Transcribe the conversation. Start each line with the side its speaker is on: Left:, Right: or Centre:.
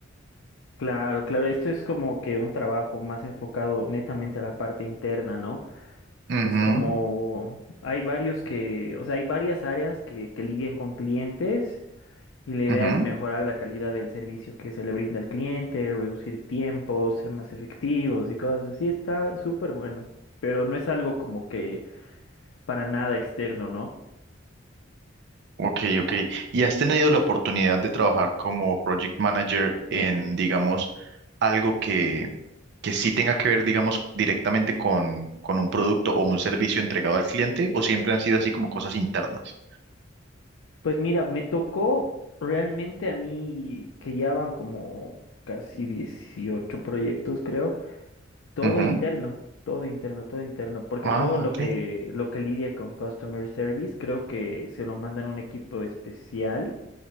Left: Claro, claro, esto es como que un trabajo más enfocado netamente a la parte interna, ¿no?
Right: Ujú,
Left: Es como, hay varios que, o sea, hay varias áreas que, que lidian con clientes y la idea
Right: ujú.
Left: es mejorar la calidad del servicio que se le brinda al cliente, reducir tiempos, ser más efectivos y cosas así. Está súper bueno, pero no es algo como que para nada externo, ¿no?
Right: Ok, ok. ¿Y has tenido la oportunidad de trabajar como project manager en, digamos, algo que, que sí tenga que ver, digamos, directamente con, con un producto o un servicio entregado al cliente? ¿O siempre han sido así como cosas internas?
Left: Pues mira, me tocó realmente a mí que ya van como casi 18 proyectos, creo, todo
Right: Ujú.
Left: interno, todo interno, todo interno, porque
Right: Ah,
Left: todo lo
Right: ok.
Left: que lo que lidia con customer service, creo que se lo mandan a un equipo especial,